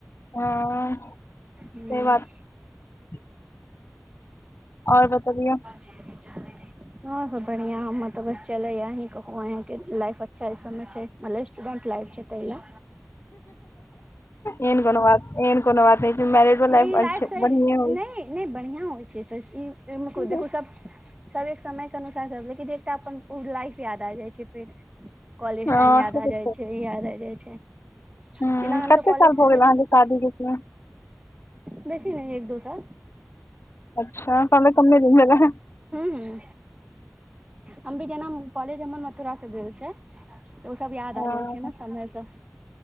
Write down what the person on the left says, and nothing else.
हं
से बात छै और बतबियौ
एहन कोनो न बात एहन नै कोनो बात नहि छै मैरिजो
लाइ
बढ़ि
हो
छै।
हँ
से
तऽ
हूँ
कते
साल भऽ
गेल अहाँके
शादी के से
अच्छा कमे कमे दिन भेलय
हँ